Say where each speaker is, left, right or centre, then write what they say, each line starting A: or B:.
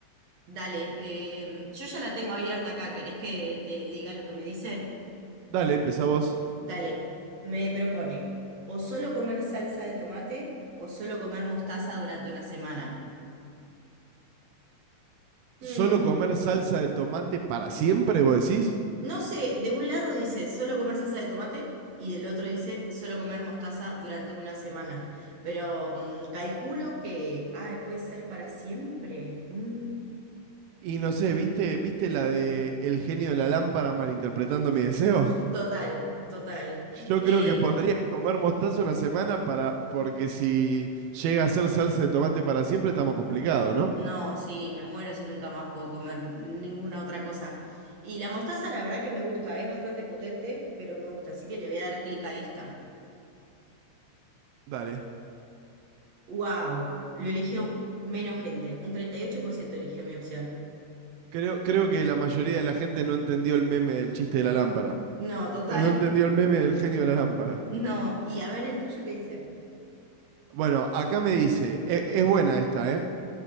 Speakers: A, on the right; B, on the right.
A: dale. em, yo ya la tengo abierta acá, ¿querés que te diga lo que me dice?
B: Dale, empezá vos.
A: Dale, me propone o solo comer salsa de tomate o solo comer mostaza durante una semana. Mm.
B: ¿Solo comer salsa de tomate para siempre, vos decís?
A: No sé, de un lado dice solo comer salsa de tomate y del otro dice solo comer mostaza durante una semana. Pero mm, calculo que, ay, puede ser para siempre. Mm,
B: Y no sé, ¿viste, viste la de El genio de la lámpara malinterpretando mi deseo?
A: total, total.
B: Yo
A: Eh,
B: creo que pondría comer mostaza una semana para, porque si llega a ser salsa de tomate para siempre estamos complicados, ¿no?
A: no, sí, me muero si nunca más puedo comer ninguna otra cosa. Y la mostaza, la verdad que me gusta, es bastante potente, pero me gusta, así que le voy a dar clic a esta.
B: Dale.
A: ¡Wow! Lo eligió menos gente, un 38% eligió mi opción.
B: Creo, creo que la mayoría de la gente no entendió el meme del chiste de la lámpara.
A: No, total.
B: No entendió el meme del genio de la lámpara.
A: No, y a ver el tuyo qué dice.
B: Bueno, acá me dice, e- es, buena esta, ¿eh?